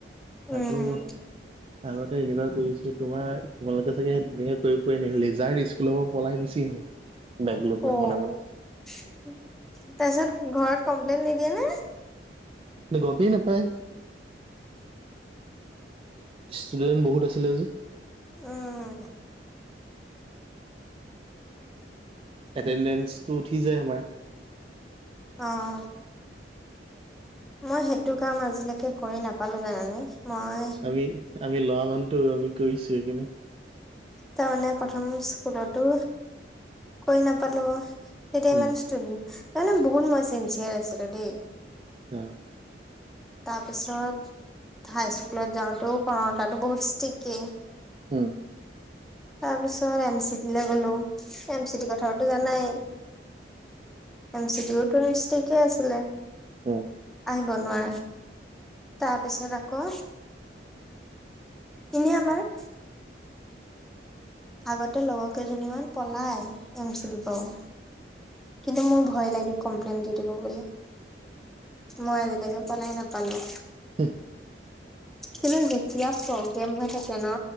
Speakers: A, in the centre; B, on the right.
A: উম
B: আকৌ আগতে এনেুৱা কৰিছো তোমাৰ তোমালোকে চাগে সেই তেনেকে কৰি পোৱই ন লেজাৰ স্কুলৰ পৰা পলাই গুচি আহো বেগ লৈ পেলাই
A: অ
B: মনে মনে
A: তাৰছত ঘৰত কমপ্লেইন নিদিয়ে নে
B: ন গপী নাপায় ষ্টুডেন্ট বহুত আছিলে যে
A: উম,
B: এটেণ্ডেঞ্চটো উঠি যায় আমাৰ
A: অ', মই সেইটো কাম আজিলৈকে কৰি নাপালো জানানে মই
B: আমি আমি লোৱা মানটো আমি কৰিছো সেইকাৰনে
A: তাৰ মমানে প্ৰথম স্কুলতো কৈ নাপালো তেতিয়া
B: উম
A: মানে তাৰমানে বহুত মই চচিয়াৰ আছিলো দেই
B: আহ,
A: তাৰপিছত হাইস্কুলত যাওঁতেও কৰণতাটো বহুত ষ্টিকেই
B: হম,
A: তাৰ পিছত এম চিটিৈ গ'লো এম চি ডি কথাওটোো জানাই এম চি ডি কে আছিলে
B: উম,
A: বনোৱা তাৰপিছত আকৌ এনেই আমাৰ আগতে লগৰ কেইজনী মমান পলাই এম চি ড পৰা কিন্তু মোৰ ভয় লাগে কমপ্লেইন দি দিব বুলি মই আজিলৈকে পলাই নাপালো
B: হ,
A: কিন্তু যেতিয়া প্ৰব্লেম হৈ থাকে ন